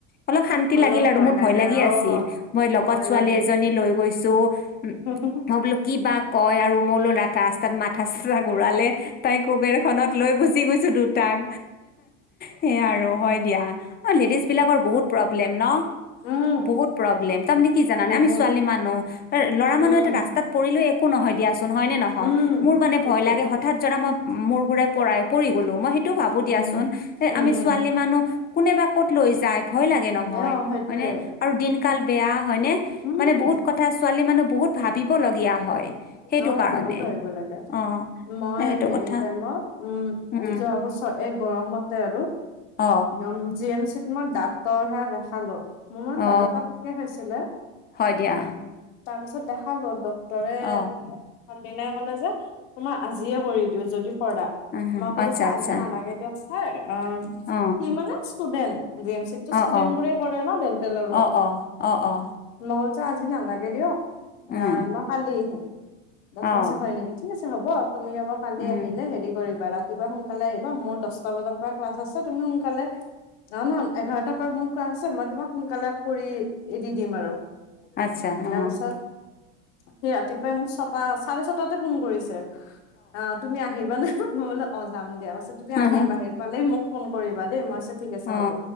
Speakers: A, on the left (about 25°); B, on the left (about 70°).
A: অলপ শান্তি
B: অলপ
A: লাগিল আৰু মোৰ
B: লাগে
A: ভয় লাগি
B: অ
A: আছিল, মই লগত
B: ভয়
A: ছোৱালী
B: লাগে
A: এজনী লৈ গৈছোঁ। উম।
B: <unintelligible>
A: মই বোলো কিবা কয় আৰু মোলো ৰাষ্টাত মাথা-চাথা ঘূৰালে, তাই কুবেৰ খনত লৈ গুচি গৈছোঁ দুটাক সেইয়া আৰু হয় দিয়া অ, লেডিজ বিলাকৰ বহুত প্ৰব্লেম ন?
B: উম
A: বহুত প্ৰব্লেম তাৰমানে কি জানে
B: বহুত
A: আমি ছোৱালী মানুহ ল'ৰা
B: উম
A: মানুহ এটা ৰাস্তা তাত পৰিলেও একো নহয় দিয়াচোন হয় নে নহয়
B: উম
A: মোৰ মানে
B: সেইটোৱে
A: ভয় লাগে হঠাৎ ধৰা মই মোৰ ঘুৰাই পৰাই পৰি গ'লো মই সেইটোও ভাবোঁ দিয়াচোন
B: উম উম
A: আমি
B: উম
A: ছোৱালী মানুহ। কোনে বা ক'ত লৈ যায় ভয় লাগে নহয়
B: এ অ সেইটোৱে
A: হয়নে? আৰু দিনকাল বেয়া হয়নে
B: উম
A: মানে বহুত কথা ছোৱালী মানুহ বহুত ভাবিবলগীয়া হয়। সেইটো
B: অ',
A: কাৰণে
B: বহুত ভাবিব লাগে
A: অ
B: মই
A: এ সেইটো
B: হেৰি
A: কথা
B: টাইমত উম,
A: উম
B: যোৱা বছৰ এই গৰমতে আৰু
A: অ
B: উম, জি এম চি ত মই দাতৰ সেয়া দেখালো। মোৰ মানে
A: অ
B: দাত এটা পোকে খাইছিলে।
A: হয় দিয়া
B: তাৰ পিছত দেখালো ডক্টৰে
A: অ
B: প্ৰথম দিনাই ক'লে যে তোমাৰ আজিয়ে কৰি দিওঁ যদি কৰা।
A: উম,
B: মই ক'লো
A: আচ্ছা
B: যে
A: আচ্ছা
B: আজি নালাগে দিয়ক চাৰ অ'।
A: অ
B: সি মানে ষ্টুডেন্ট জি এম চি তটো ষ্টুডেন্ট
A: অ অ
B: বোৰে কৰে ন ডেন্টেলৰো
A: অ অ অ অ
B: মই ক'লো আজি নালাগে দিয়ক
A: উম
B: অ, মই কালি আহিম। তাৰ পিছত
A: অ
B: ক'লে হয় নেকি ঠিক আছে হ'ব তুমি এবাৰ কালি
A: উম
B: আহিলে হেৰি কৰিবা ৰা ৰাতিপুৱা সোনকালে আহিবা মোৰ দহটা বজাৰ পৰা ক্লাছ তুমি সোনকালে অহ নহয় এঘাৰটাৰ পৰা মোৰ ক্লাচ আছে মই তোমাক সোনকালে কৰি এৰি দিম আৰু
A: আচ্ছা
B: তাৰপিছত
A: অ
B: সি ৰাতি মোক ছটা চাৰে ছটাতে ফোন কৰিছে অ, তুমি আহিবানে? মই বুলো অ। অ', যাম দিয়া কৈছে তুমি
A: হা
B: আহিয়ে
A: হা
B: বাহিৰ পালে মোক ফোন কৰিবা দেই মই ঠিক আছে
A: অ
B: হ'ব